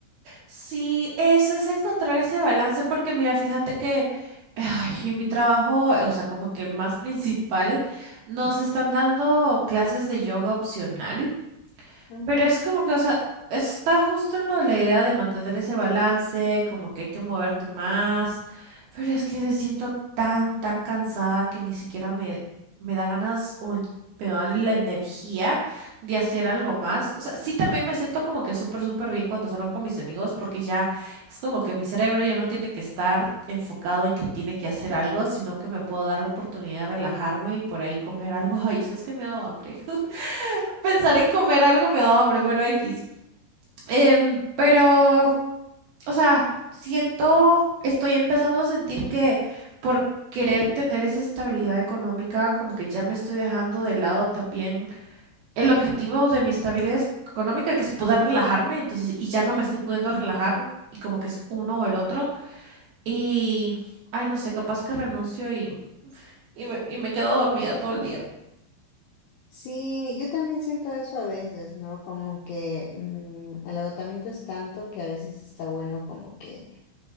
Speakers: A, on the right; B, on the left.
A: Sí, eso es encontrar ese balance, porque mira, fíjate que ay, en mi trabajo, o sea, como que el más principal, nos
B: Ujú,
A: están dando clases de yoga opcional.
B: ujú.
A: Pero es como que, o sea, está justo en lo de la idea de mantener ese balance, como que hay que moverte más, pero es que me siento tan, tan cansada que ni siquiera me, me da ganas o el- me da la energía de hacer algo más. O sea, sí también me siento como que súper, súper bien cuando salgo con mis amigos, porque ya es como que mi cerebro ya no tiene que estar enfocado en que tiene que hacer algo, sino que me puedo dar la oportunidad de relajarme y por ahí comer algo. <laughs> Ay, sabes que me ha dado hambre. Pensar en comer algo me da hambre, bueno, X. Em, pero, o sea, siento, estoy empezando a sentir que por querer tener esa estabilidad económica, como que ya me estoy dejando de lado también el objetivo de mi estabilidad es- económica, que es poder relajarme, entonces, y ya no me estoy pudiendo relajar, y como que es uno o el otro, y, ay, no sé, capaz que renuncio y, y me, y me quedo dormida todo el día.
B: Sí, yo también siento eso a veces, ¿no? Como que mm, el agotamiento es tanto que a veces está bueno como que